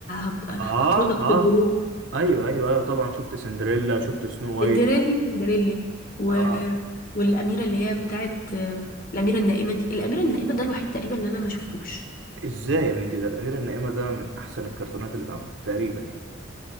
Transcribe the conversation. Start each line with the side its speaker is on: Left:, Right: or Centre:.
Left: هت-
Right: اه
Left: هطردك
Right: اه
Left: بالجروح
Right: ايوه ايوه ايوه طبعا شفت سندريلا شفت سنو
Left: سندريلي
Right: وايت
Left: سندريلي و...
Right: اه
Left: والاميرة اللي هي بتاعت آه، الاميرة النائمة دي الاميرة النائمة ده الوحيد تقريبا اللي انا ما شفتوش
Right: ازاي يا بنتي ده الاميره النائمه ده من احسن الكرتونات اللي اتعملت تقريبا يعني